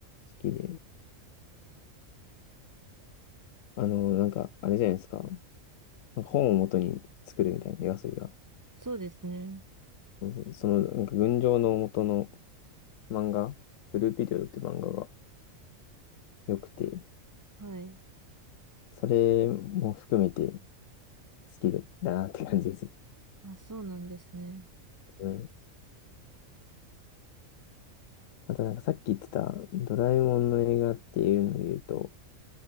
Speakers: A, on the left; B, on the right.
A: きで。あの、なんか、あれじゃないですか。なんか本を元に作るみたいな夜遊びが。
B: そうですね。
A: そうそうその、なんか群青の元の漫画、ブルーピリオドって漫画が良くて、
B: はい。
A: それも含めて好きだなって感じですね。
B: あ、そうなんですね。
A: うん。あとなんかさっき言ってたドラえもんの映画っていうので言うと、